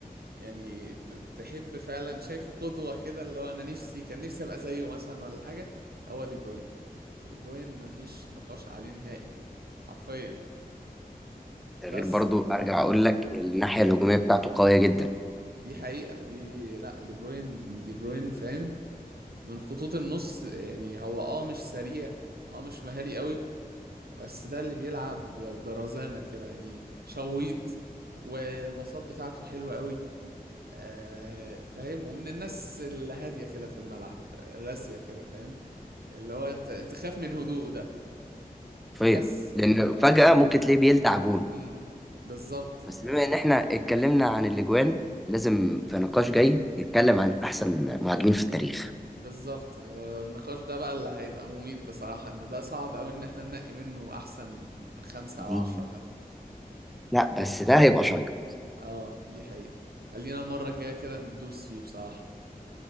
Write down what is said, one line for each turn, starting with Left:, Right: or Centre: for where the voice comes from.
Right: يعني ت- تحب فعلا شايفه قدوة كده اللي هو انا نفسي كان نفسي ابقى زيه مثلا ولا حاجة هو دي بروين دي بروين مفيش نقاش عليه نهائي حرفيا
Centre: ده
Right: بس
Centre: غير برضو
Right: ف
Centre: ارجع اقول لك الناحية الهجومية بتاعته قوية جدا
Right: دي حقيقة دي لا دي بروين دي بروين فاهم من خطوط النص يعني هو اه مش سريع اه مش مهاري قوي بس ده اللي بيلعب برزانة كده يعني شويط والبساط بتاعته حلوة قوي آه فاهم ومن الناس الهادية كده في الملعب راسية كده فاهم اللي هو انت تخاف من هدوءه ده
Centre: حرفيا
Right: بس
Centre: لان
Right: ف...
Centre: فجأة ممكن تلاقيه بيلدع جون
Right: مم. بالظبط
Centre: بس
Right: ف
Centre: بما ان احنا اتكلمنا عن الاجوان لازم في نقاش جاي نتكلم عن احسن مهاجمين في التاريخ
Right: بالظبط النقاش ده بقى اللي هيبقى مميت بصراحة ان ده صعب اوي ان احنا ننقي منه احسن خمسة او
Centre: دي
Right: عشرة حتى
Centre: لا بس
Right: فاهمني
Centre: ده هيبقى شيق
Right: اه دي حقيقة خلينا المرة الجاية كده ندوس فيه بصراحة